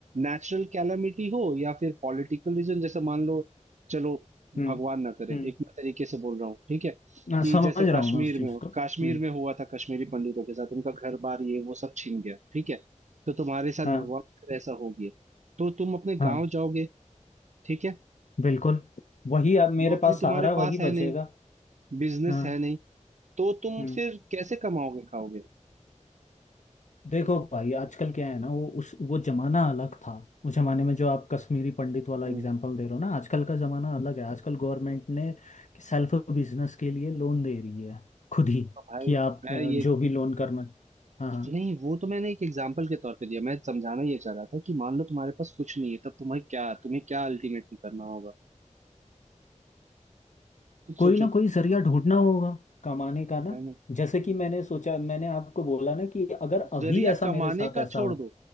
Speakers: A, on the right; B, on the left.
A: नेचुरल कैलामिटी हो या फिर पॉलिटिकल रीजन जैसे मान लो चलो
B: हम्म,
A: भगवान ना करे
B: हम्म,
A: एक मैं तरीके से बोल रहा हूँ ठीक है
B: हाँ,
A: कि
B: समझ
A: जैसे
B: रहा
A: कश्मीर
B: हूँ मैं उस चीज
A: में
B: को
A: कश्मीर
B: हम्म
A: में हुआ था कश्मीरी पंडितों के साथ उनका घर बार ये वो सब छीन गया ठीक है तो तुम्हारे साथ
B: हाँ
A: भगवान करे ऐसा हो गया तो तुम अपने
B: हाँ
A: गांव जाओगे ठीक है
B: बिल्कुल वही अब मेरे
A: नौकरी
B: पास
A: तुम्हारे
B: सहारा वही
A: पास
B: बचेगा
A: है नहीं बिजनेस
B: हाँ
A: है नहीं तो तुम
B: हम्म,
A: फिर कैसे कमाओगे खाओगे
B: देखो भाई आजकल क्या है ना वो उस वो जमाना अलग था उस जमाने में जो आप कश्मीरी पंडित वाला एग्जांपल
A: हम्म
B: दे रहे हो ना आजकल का जमाना अलग है आजकल गवर्नमेंट ने सेल्फ बिजनेस के लिए लोन दे रही है खुद ही
A: तो भाई
B: कि आप
A: मैं
B: अ,
A: ये
B: जो भी लोन करना हाँ हाँ
A: नहीं वो तो मैंने एक एग्जाम्पल के तौर पे दिया मैं समझाना ये चाह रहा था कि मान लो तुम्हारे पास कुछ नहीं है तब तुम्हें क्या तुम्हें क्या अल्टीमेटली करना होगा खुद
B: कोई
A: सोचो
B: ना कोई जरिया ढूंढना होगा कमाने का ना
A: है ना
B: जैसे कि मैंने सोचा मैंने आपको बोला ना कि अगर अभी
A: जरिया
B: ऐसा
A: कमाने
B: मेरे साथ
A: का
B: ऐसा
A: छोड़
B: होता
A: दो